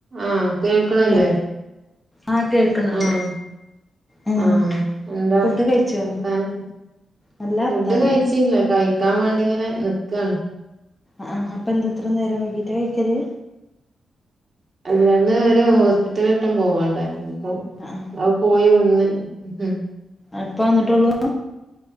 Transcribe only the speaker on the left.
Hello ആഹ് കേൾക്കുന്നുണ്ട്
ഉം
ഫുഡ് കഴിച്ചോ
നല്ല വർത്താനം
ആ അപ്പൊ എന്തത്ര നേരം വൈകിട്ട് കഴിക്കല്.
ആഹ്
അപ്പ വന്നിട്ടള്ളൂ